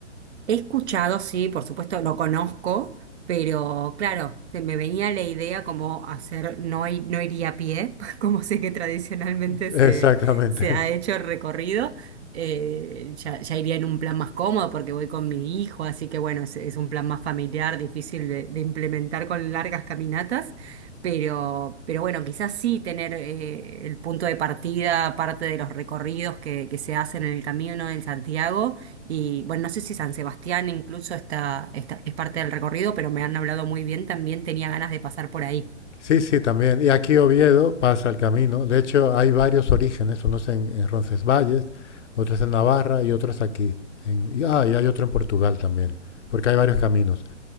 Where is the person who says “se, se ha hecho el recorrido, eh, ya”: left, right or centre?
Right